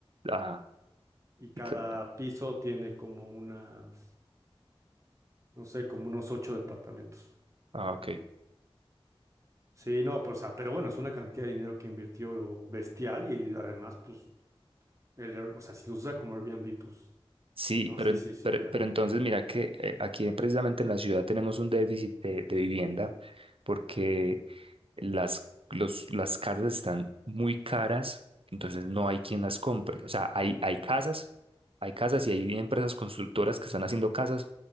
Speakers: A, on the right; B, on the right.
A: Ah,
B: y cada
A: y cre-
B: piso tiene como unas, no sé, como unos ocho departamentos.
A: ah, ok.
B: Sí, no, pero, o sea, pero bueno, es una cantidad de dinero que invirtió bestial y además, pues, el Air- o sea, si lo usa como Airbnb, pues
A: Sí,
B: No,
A: pero,
B: sí,
A: en-
B: sí, sí,
A: pero,
B: ya,
A: pero
B: ya.
A: entonces mira que eh, aquí precisamente en la ciudad tenemos un déficit de, de vivienda porque las, los, las casas están muy caras, entonces no hay quien las compre. O sea, hay, hay casas,
B: Claro.
A: hay casas y hay empresas constructoras que están haciendo casas,